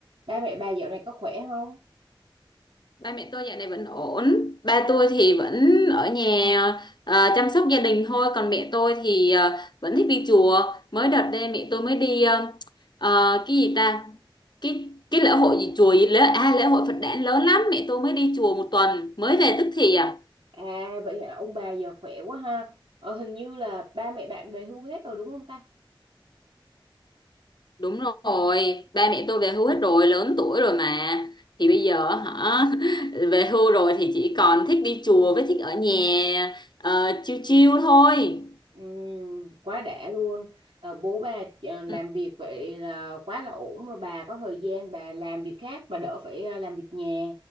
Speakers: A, on the right; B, on the left.
A: ba mẹ bà dạo này có khỏe không
B: ba mẹ tôi dạo này vẫn ổn ba tôi thì vẫn ở nhà ờ, chăm sóc gia đình thôi còn mẹ tôi thì ờ, vẫn thích đi chùa mới đợt đây mẹ tôi mới đi ờ, ờ, cái gì ta cái cái lễ hội gì chùa gì lễ à lễ hội Phật đản lớn lắm mẹ tôi mới đi chùa một tuần mới về tức thì à
A: à vậy hả ông bà giờ khỏe quá ha ờ, hình như là ba mẹ bạn về hưu hết rồi đúng không ta
B: đúng rồi ba mẹ tôi về hưu hết rồi lớn tuổi rồi mà thì bây giờ hả <laughs> về hưu rồi thì chỉ còn thích đi chùa với thích ở nhà ờ, chiêu chiêu thôi
A: Ừm, quá đã luôn Ờ, bố bà ờ, làm
B: Ừ.
A: việc vậy là quá là ổn rồi bà có thời gian bà làm việc khác bà đỡ phải ờ, làm việc nhà